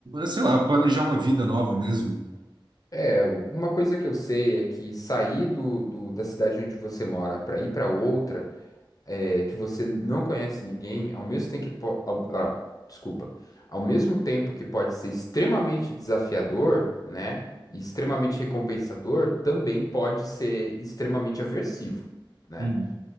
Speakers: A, on the right; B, on the left.
A: sei lá, planejar uma vida nova mesmo.
B: É, uma coisa que eu sei é que sair do, do- da cidade onde você mora para ir para outra, é, que você não conhece ninguém, ao mesmo tempo que po- ao- ah, desculpa, ao mesmo tempo que pode ser extremamente desafiador, né, e extremamente recompensador, também pode ser extremamente aversivo, né?
A: Uhum.